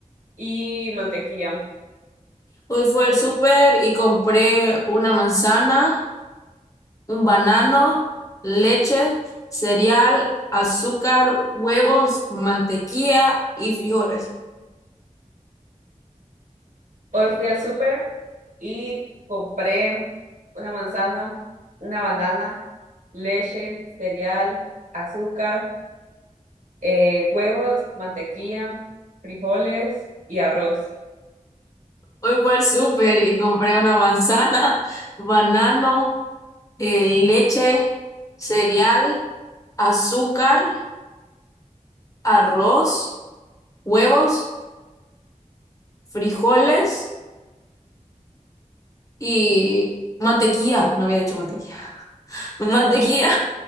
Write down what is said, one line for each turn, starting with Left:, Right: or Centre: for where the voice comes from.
Right: y mantequilla.
Left: Hoy fui al súper y compré una manzana. un banano, leche, cereal, azúcar, huevos, mantequilla y frijoles.
Right: Hoy fui al súper y compré una manzana, una banana, leche, cereal, azúcar, eh, huevos, mantequilla, frijoles y arroz.
Left: Hoy fue al súper y compré una manzana, <laughs> banano, eh, leche, cereal, azúcar, arroz, huevos, frijoles y mantequilla. No había dicho mantequilla. <laughs> Mantequilla